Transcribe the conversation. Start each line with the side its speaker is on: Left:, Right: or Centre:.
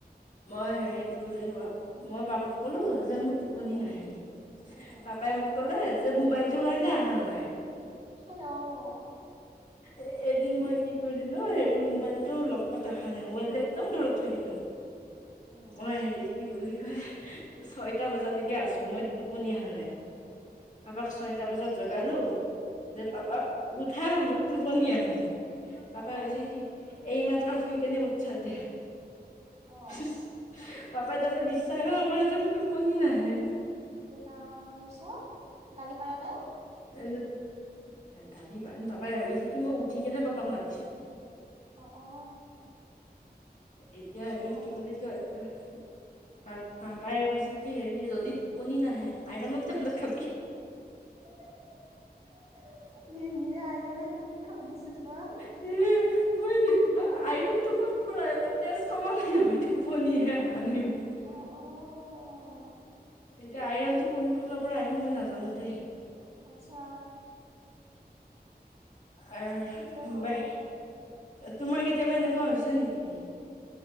Left: মই হেৰি
Right: তাকে
Left: কি বুলি কয়, মই পাপাক কলো যে মোৰ টোপনি
Right: উম,
Left: নাহে।
Right: উম,
Left: পাপাই
Right: উম।
Left: মোক কলে যে, মোবাইলটো কাৰণে অহা নাই।
Right: পিছত অ',
Left: এ এ এদিন
Right: ঠিক কৈছে
Left: মই কি কৰি দিলো হেৰি, মোবাইলটো লগত ৰখা নাই, মোবাইলটো একদম দূৰত থৈ দিলো।
Right: উম।
Left: মই হেৰি কি বুলি কয়, ছয়টা বজালৈকে আছো, মই টোপনি অহা নাই। পাপাক ছয়টা বজাত জগালো, যে
Right: অ',
Left: পাপা উঠা ম টোপনি আহা নাই,
Right: অ',
Left: পাপাই কৈছে কি, এই মাত্ৰ শুই কেনে উঠিছা দে।
Right: অ',
Left: চিচ, পাপাই তাৰচত বিশ্বাসেই নকৰে যে, মোৰ টোপনি নাহে।
Right: হে ৰাম তাৰছত, গালি পাৰা নাই?
Left: <unintelligible> নাই গালি পাৰ পাপাই ভাবিছে কি, মই উঠি কেনে পাপাক মাতিছো।
Right: অ', অ'।
Left: এতিয়া
Right: আচ্ছা।
Left: হেৰি কি বুলি কয়, পাপ, পাপ পায়ে কৈছে কি হেৰি যদি টোপনি নাহে, আইৰণৰ টেবলেট খাবি।
Right: য়ে য়ে আইৰনৰ টেবলেট খাব দিছে তোমাক?
Left: <unintelligible> মই আইৰনটোক <unintelligible> মোৰ তেজ কমা নাই নহয়, টোপনিহে অহা নাই মোৰ।
Right: অ', অ',
Left: এতিয়া আইৰণটো কোন ফালৰ পৰা আহিল মই নাজানো দেই।
Right: আচ্ছা।
Left: আহ
Right: কি যে হ'ব
Left: বাই। তোমাৰ কেতিয়াবা এনেকুৱা হৈছে নেকি?